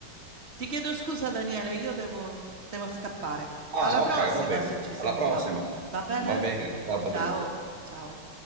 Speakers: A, on the right; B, on the right.
A: Ti chiedo scusa, Daniele, io devo, devo scappare.
B: Ah,
A: Alla prossima
B: ok, va bene.
A: se ci sentiamo.
B: Alla prossima.
A: Va bene?
B: Va bene. Ciao Patrizia.
A: Ciao, ciao.